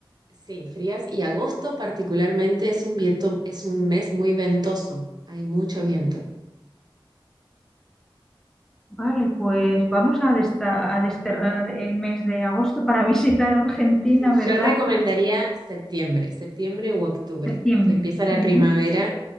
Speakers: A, on the right; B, in the centre.
A: Sí, frías y agosto particularmente es un viento, es un mes muy ventoso, hay mucho viento.
B: Vale, pues vamos a, desta- a desterrar el mes de agosto para <laughs> visitar Argentina,
A: <laughs>
B: ¿verdad?
A: Yo recomendaría septiembre, septiembre u octubre,
B: Septiembre.
A: que empieza la
B: Ujú.
A: primavera